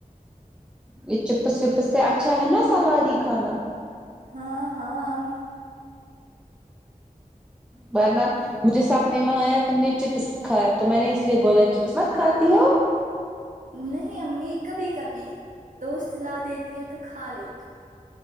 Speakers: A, in the centre; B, on the right.
A: یہ چپس وپس سے اچھا ہے نا سلاد ہی کھانا
B: ہاں ہاں ام
A: وارنہ مجھے سپنے میں آیا تم نے چپس کھایا تو میں نے اس لیے بولا چپس مت کھاتی ہو
B: نہیں امی کبھی کبھی دوست لا دیتی ہے تو کھا لیتی ہوں